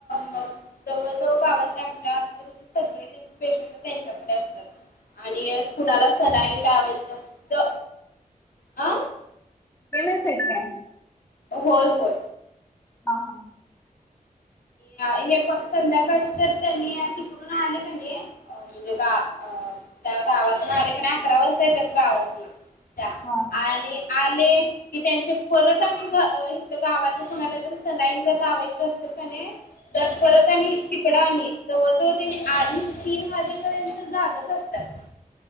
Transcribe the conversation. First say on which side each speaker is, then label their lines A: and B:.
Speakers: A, on the left (about 85°); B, on the left (about 15°).
A: म जवळ जवळ गावातल्या आमच्या
B: ह
A: सगळे पेशंट त्यांच्याकडे असतात आणि कुणाला सलाईन लावायचं अ
B: तुम्ही फिट आहे
A: होय होय
B: हा हा
A: हे पण संध्याकाळळी तर त्यांनी तिकडून आले का नाही अ म्हणजे गा अ त्या गावात ना आलेक अकरा वाजता य त्या गावातन त्या
B: हा
A: आणि आले कि त्यांचे परत आ् इथ गावातले कुणाला ज सलाईन जर लावायची असतल का तर परत आणि तिकडं आणि जवळजवळ त्यांनी अडी तीन वाजेपर्यंत जागच असतात